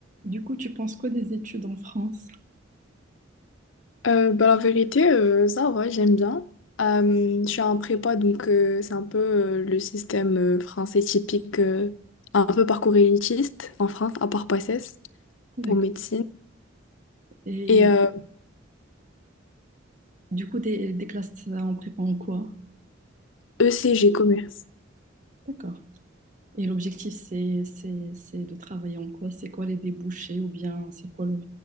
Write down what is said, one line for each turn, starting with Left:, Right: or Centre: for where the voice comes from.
Right: Du coup, tu penses quoi des études en France?
Left: Euh, bah, la vérité, euh, ça va, j'aime bien. Euh, je suis en prépa, donc euh, c'est un peu euh, le système euh, français typique, euh, un peu parcours élitiste en France, à part PACES
Right: D'accord.
Left: pour médecine,
Right: Et
Left: et euh,
Right: du coup, des, des classes en prépa en quoi?
Left: ECG commerce.
Right: D'accord. Et l'objectif, c'est, c'est, c'est de travailler en quoi? C'est quoi les débouchés ou bien c'est quoi le...